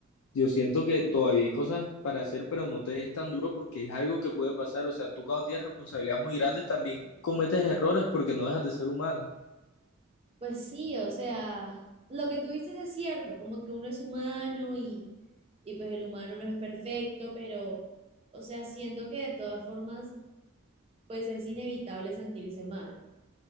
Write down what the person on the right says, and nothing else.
Pues sí, o sea, lo que tú dices es cierto, como que uno es humano y, y pues el humano no es perfecto, pero, o sea, siento que de todas formas, pues es inevitable sentirse mal.